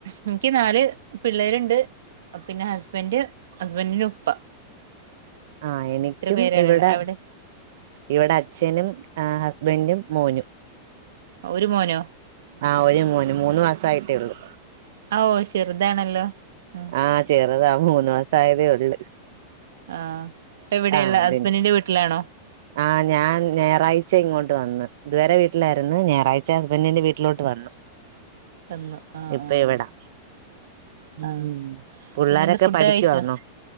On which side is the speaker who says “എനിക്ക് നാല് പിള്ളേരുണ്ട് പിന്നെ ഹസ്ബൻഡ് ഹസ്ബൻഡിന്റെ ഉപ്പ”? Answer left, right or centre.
Right